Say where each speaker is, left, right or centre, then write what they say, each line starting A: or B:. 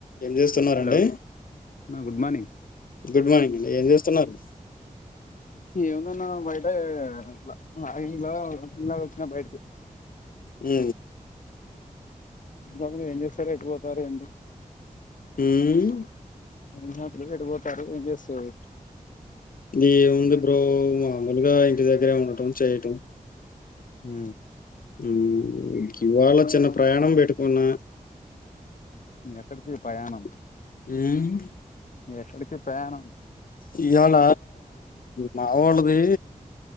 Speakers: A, on the left (about 80°); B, on the left (about 65°).
A: ఏం చేస్తున్నారండి
B: హలో నా గుడ్ మార్నింగ్
A: గుడ్ మార్నింగ్ అం ఏం జేస్తున్నారు
B: ఏముందన్న బయటయే అట్లా మా ఇంట్లో <inaudible> వచ్చినా బయటకి
A: ఊ
B: ఇంకా <inaudible> మీరు ఏం చేస్తారు ఎటుపోతారు ఏంటి
A: ఊమ్
B: <inaudible> ఎటు బోతారు ఏం చేస్తారు
A: ఏం ఉంది బ్రో మామూలుగా ఇంటి దగ్గరే ఉండటం చేయటం
B: ఊ
A: ఊ ఇవాళ చిన్న ప్రయాణం పెట్టుకున్నా
B: ఎక్కడికి పయాణం
A: ఉమ్
B: ఎక్కడికి ప్రయాణం
A: ఇయ్యాళ మా వోళ్ళది